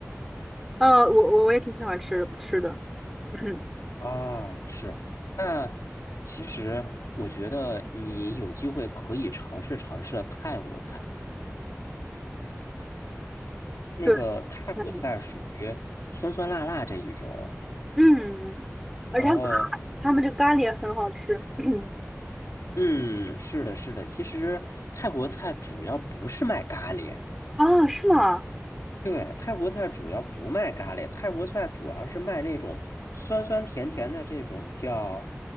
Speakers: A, in the centre; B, on the left.
A: 呃，我我我也挺喜欢吃吃的，<clears throat> 嗯，
B: 啊，是。那其实我觉得你有机会可以尝试尝试泰国菜。那个泰国菜属于酸酸辣辣这一种，
A: 对，嗯嗯，嗯嗯而且
B: 然后
A: 他们这咖喱也很好吃。<clears throat>
B: 嗯，是的，是的，其实泰国菜主要不是卖咖喱，
A: 啊，是吗？
B: 对，泰国菜主要不卖咖喱，泰国菜主要是卖那种酸酸甜甜的这种叫